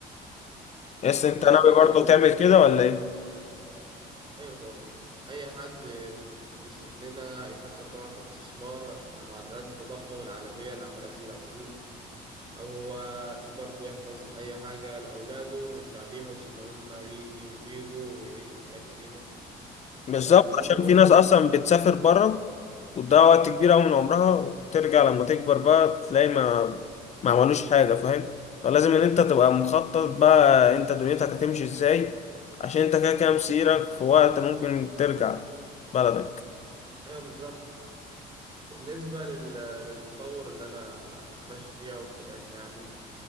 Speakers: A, on the left; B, on the right.
A: بس أنت
B: بالنسبة
A: ناوي برضو
B: لل
A: تعمل كده ولا إيه؟
B: ايوه طبعا اي حد في سننا هيفكر طبعا في الاستثمار عشان معدلات التضخم العالميه اللي عماله تزيد على طول او هو برضه يحفظ اي حاجه لاولاده من بعديه بحيث ان هم يجوا يجوا ويعيشوا حياه كريمه
A: بالظبط
B: آه بالنسبه
A: عشان
B: برضه
A: في ناس
B: ال...
A: اصلا بتسافر بره وتضيع وقت كبير قوي من عمرها وترجع لما تكبر بقى تلاقي ما ما عملوش حاجه فاهم فلازم ان انت تبقى مخطط بقى انت دنيتك هتمشي ازاي عشان انت كده كده مسيرك في وقت ممكن ترجع بلدك
B: ايوه بالظبط بالنسبه لل... للتطور اللي انا ماشي فيه او التراك يعني